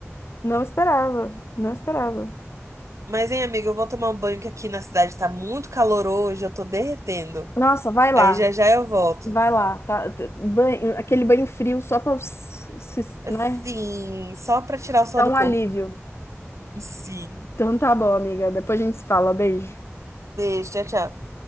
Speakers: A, on the left; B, on the right.
A: Não esperava, não esperava.
B: Mas, hein, amiga, eu vou tomar um banho que aqui na cidade tá muito calor hoje, eu tô derretendo.
A: Nossa, vai
B: Aí
A: lá,
B: já já eu volto.
A: vai lá, tá? T- Banho, aquele banho frio só pra, se- se-
B: Assim,
A: né,
B: só pra tirar o sol
A: dar
B: do
A: um
B: corpo.
A: alívio.
B: Sim.
A: Então tá bom, amiga. Depois a gente se fala. Beijo.
B: Beijo, tchau, tchau.